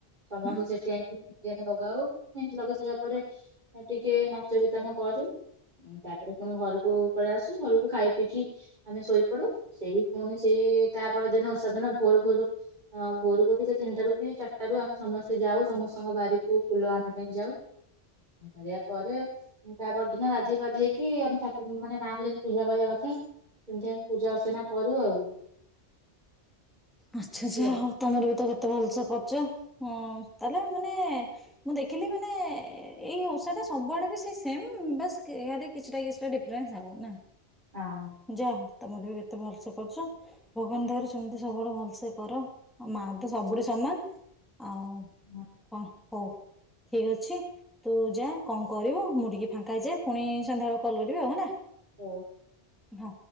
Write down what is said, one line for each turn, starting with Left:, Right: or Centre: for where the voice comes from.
Right: ସମସ୍ତେ
Centre: ହୁଁ।
Right: ସେଠି ଯାଇକି ମୁଣ୍ଡିଆ <inaudible> ଗାଉ ପୁଣି ଲଗେଇ ସାରିବା ପରେ ଏ ଟିକେ ନାଚ ଗୀତ ଆମେ କରୁ ଉଁ, ତାପ ତାପରେ ପୁଣି ଘରକୁ ପଳେଇ ଆସି, ଘରକୁ ଖାଇ ପିଇକି ଆମେ ଶୋଇପଡୁ, ସେଇ ପୁଣି ସେଇ ତାପରଦିନ ଓଷା ଦିନ ଭୋର ଭୋର ଅ, ଭୋର ବୋଲି ସେ ତିନିଟାରୁ କି ଚାରିଟାରୁ ଆମେ ସମସ୍ତେ ଯାଉ ସମସ୍ତଙ୍କ ବାରିକୁ ଫୁଲ ଆଣିବା ପାଇଁ ଯାଉ, ଏ <unintelligible> ସାରିବା ପରେ ଉଁ, ତା ପରଦିନ ଗାଧେଇ ପାଧେଇ କି ଆମେ ତାକୁ ମାନେ ମାଙ୍କୁ ଯେମିତି ପୂଜା କରିବା କଥା ସେମତି ଆମେ ପୂଜା ଅର୍ଚ୍ଚନା କରୁ ଆଉ।
Centre: ଆଚ୍ଛା
Right: ଏମିତି
Centre: ଆଚ୍ଛା
Right: ଆଉ।
Centre: ହଉ ତୋମର ବି ତ କେତେ ଭଲସେ କରୁଚ, ହଁ ତାହେଲେ ମାନେ ମୁଁ ଦେଖିଲି ମାନେ ଏଇ ଓଷା ଟା ସବୁଆଡେ ବି ସେଇ ସେମ୍ ବାସ୍ କି ଇଆଡେ କିଛିଟା କିଛିଟା ଡିଫରେନ୍ସ ଆଉ ନା।
Right: ହଁ।
Centre: ଯା ହଉ। ତମର ବି କେତେ ଭଲ ସେ କରୁଛ ଭଗବାନ ଦୟାରୁ ସେମିତି ସବୁବେଳେ ଭଲ। ସେ କର ଆ ମାଆ ତ ସବୁଠୁ ସାନ। ଆଉ
Right: ହଁ,
Centre: ଠିକ ଅଛି ତୁ ଯା କଣ କରିବୁ ମୁଁ ଟିକେ ଫାଙ୍କା ହେଇଯାଏ ପୁଣି ସନ୍ଧ୍ୟାବେେଳକୁ କଲ କରିବି ଆଉ ହେଲା
Right: ହଅ
Centre: ହଁ